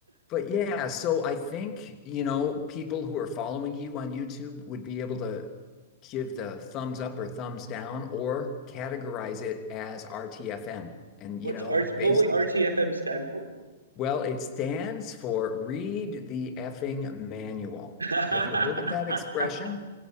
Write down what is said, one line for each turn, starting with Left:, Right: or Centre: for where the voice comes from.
Left: But yeah, so I think, you know, people who are following you on YouTube would be able to give the thumbs up or thumbs down or categorize it as RTFM. And,
Right: What's
Left: you know,
Right: R
Left: based,
Right: what would RTFM stand for?
Left: well, it stands for Read the Effing Manual.
Right: <laughs>
Left: Have you heard of that expression?